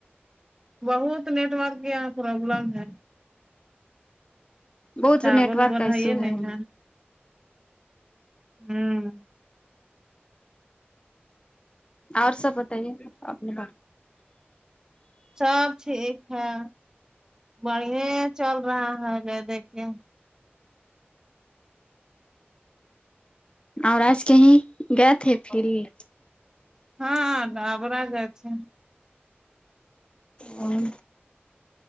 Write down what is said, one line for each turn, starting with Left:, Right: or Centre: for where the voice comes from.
Right: بہت نیٹورک یہاں پروبلم ہے
Left: بہت
Right: ٹاور
Left: نیٹورک
Right: اوبر
Left: کا ایشو
Right: یہ نہیں
Left: ہے
Right: ہوں
Left: اور سب بتائیے اپنی بات
Right: سب ٹھیک ہے بڑیا چل رہا ہے یہ دیکھئیے
Left: اور آج کہیں گئے تھے پھر بھی
Right: ہاں ڈابرا گئے تھے
Left: ہوں